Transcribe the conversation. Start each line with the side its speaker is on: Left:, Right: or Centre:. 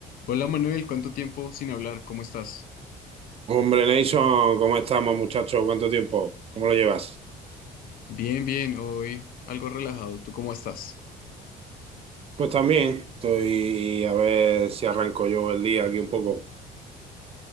Left: Hola Manuel, ¿cuánto tiempo sin hablar? ¿Cómo estás?
Right: Hombre, Nation, ¿cómo estamos, muchachos? ¿Cuánto tiempo? ¿Cómo lo llevas?
Left: Bien, bien, hoy algo relajado. ¿Tú cómo estás?
Right: Pues también, estoy a ver si arranco yo el día aquí un poco.